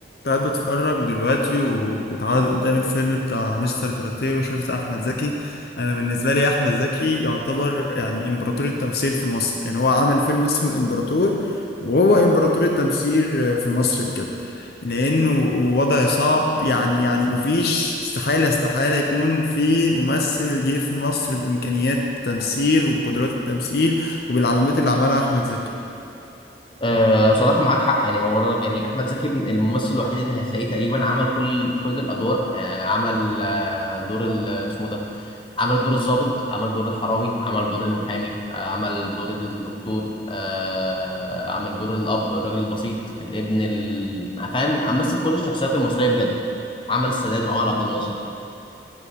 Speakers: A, on the left; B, on the left.
A: قاعد بتفرج دلوقتي و... واتعرض قدامي الفيلم بتاع مستر كاراتيه وشفت احمد زكي انا بالنسبه لي احمد زكي يعتبر يعني امبراطور التمثيل في مصر يعني هو عمل فيلم اسمه الامبراطور وهو امبراطور التمثيل في مصر بجد لانه وضع صعب يعني يعني مفيش استحاله استحاله يكون في ممثل جه في مصر بامكانيات التمثيل وقدرات التمثيل وبالعلامات اللي عملها احمد زكي
B: أه صراحة معاك حق يعني هو يعني أحمد زكي الممثل الوحيد اللي هتلاقيه تقريبا عمل كل كل الأدوار أه عمل أه دور ال- اسمه ده عمل دور الضابط عمل دور الحرامي عمل دور المحامي أه عمل دور الدكتور أه عمل دور الأب الراجل البسيط الابن ال... فاهم مثل كل الشخصيات المصرية بجد عمل السادات وعمل عبد الناصر